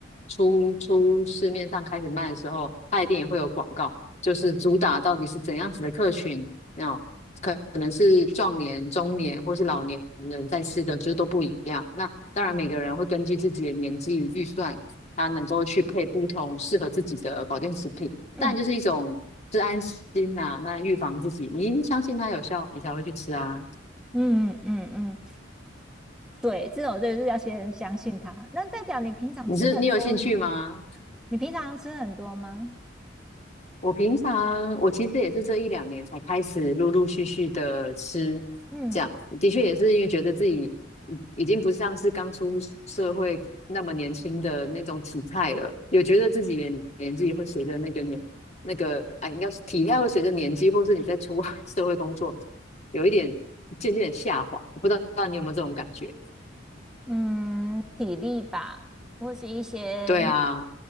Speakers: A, on the left; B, in the centre.
A: 出出市面上开始卖的时候，它一定也会有广告，就是主打到底是怎样子的客群，那可能是壮年、中年或是老年人在吃的，就是都不一样。那当然，每个人会根据自己的年纪与预算，他能够去配不同适合自己的保健食品，
B: 嗯
A: 但就是一种是安心呐、那预防自己，你一定相信它有效，你才会去吃啊。
B: 嗯嗯嗯，对，这种就是要先相信它。那代表你平常吃很多吗？
A: 你是你有兴趣吗？
B: 你平常吃很多吗？
A: 我平常我其实也是这一两年才开始陆陆续续的吃，
B: 嗯。
A: 这样的确也是因为觉得自己已已经不像是刚出社会那么年轻的那种体态了，有觉得自己的年纪会随着那个年那个哎，应该是体态会随着年纪，或是你在出 <laughs> 社会工作，有一点渐渐地下滑，我不知道你有没有这种感觉？
B: 嗯，体力吧，或是一些
A: 对啊，